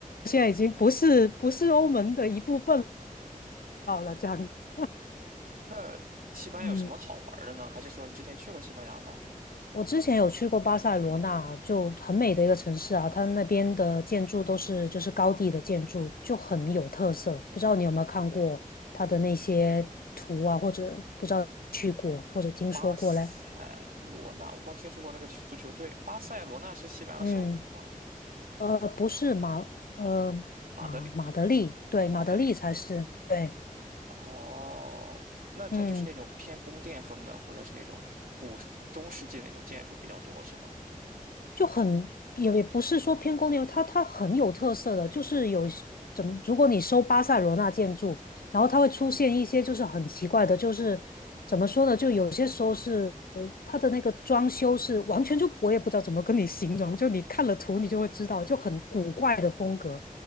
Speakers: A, on the left; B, on the right.
A: 现在已经不是不是欧盟的一部分了。<laughs>
B: 那西班牙有什么好玩儿的呢？
A: 嗯。
B: 还是说你之前去过西班牙吗？
A: 我之前有去过巴塞罗那，就很美的一个城市啊，它那边的建筑都是就是高地的建筑，就很有特色。不知道你有没有看过它的那些图啊，或者不知道去过或者听说过嘞？
B: 巴塞罗那，我光听说过那个球足球队。巴塞罗那是西班牙的首府吗？
A: 嗯，呃，不是马，呃，
B: 马德里，
A: 马马德里，对，
B: 马德里。
A: 马德里才是，对，
B: 哦，那它就是那种偏宫殿风的，
A: 嗯。
B: 或者是那种古时中世纪的那种建筑比较多，是吗？
A: 就很也也不是说偏宫殿，它它很有特色的，就是有怎么，如果你搜巴塞罗那建筑，然后它会出现一些就是很奇怪的，
B: 嗯，
A: 就是怎么说呢，就有些时候是呃它的那个装修是完全就我也不知道怎么跟你形容，就你看了图你就会知道，就很古怪的风格，